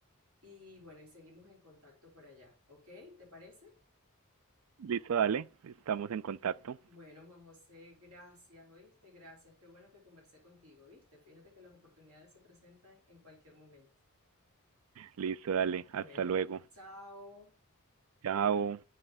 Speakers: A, on the right; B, on the right.
A: Y bueno, y seguimos en contacto por allá, ¿ok? ¿Te parece?
B: Listo, dale, estamos en contacto.
A: Bueno, Juan José, gracias, ¿oíste? Gracias. Qué bueno que conversé contigo, ¿viste? Fíjate que las oportunidades se presentan en cualquier momento.
B: Listo, dale,
A: Bueno,
B: hasta luego.
A: chao.
B: Chao.